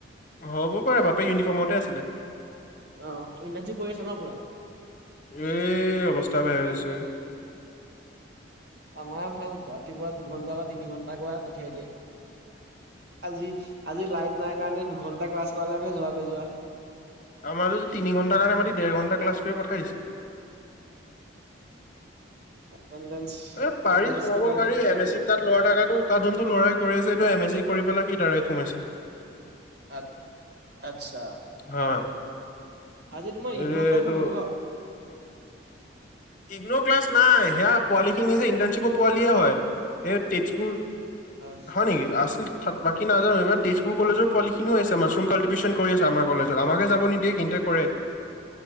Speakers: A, on the left; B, on the right.
A: হ'ব পাৰে, বাপেম ইউনিফৰ্মতে আছিলে।
B: অ ইণ্টাৰ্ণশ্বিপ কৰি আছা ন পুৰা
A: এই অৱস্থা বেয়া হৈ গৈছেঐ
B: আমাৰ ভাল ৰাতিপুৱা দুঘন্টা বা তিনি ঘন্টা গ পঠিয়াই দিয়ে। আজি আজি লাইট নাই কাৰণে দুঘন্টা ক্লাছ পালে আকে যোৱাকৈ যোৱা।
A: আমাৰ যদি তিনি ঘন্টাাৰ কাৰণে মাটি দেৰ ঘন্টা ক্লাছ কৰি পঠাই আহিছে।
B: এটেনডেঞ্চ
A: এ
B: এটেনডেঞ্চটোৰ
A: পাৰি সোমাব
B: কাৰণে
A: পাৰি
B: কি কি
A: এম
B: কৰিব
A: এছ চিত তাত
B: লাগে।
A: লৰা থকাাতো তাত যোনতটো ল'ৰাই কৰি আছে। টো এম এছ ই কৰি পেলাই কি তাৰে সোমাইছে।
B: আত আচ্ছা
A: হয়।
B: আজি তোমাৰ
A: এই
B: ইগনৰ ক্লাছ
A: এইটো
B: হৈ আছিল ন
A: ইগনৰ ক্লাছ নাই সেয়া পোৱালিখিনি যে ইণ্টাৰ্ণশ্বিপৰ পোৱালিয়ে হয়। এই তেজপুৰ
B: আচ্ছা
A: হয় নেকি আছিল। তাত বাকী নাজানো এইব তেজপুৰ কলেজৰ পোৱালিনও আছে। মাৰুম ক্টিভ্যন কৰি আছে আমাৰ কলেত আমাকে যাব নিদিয়ে কিন্তু, কৰে।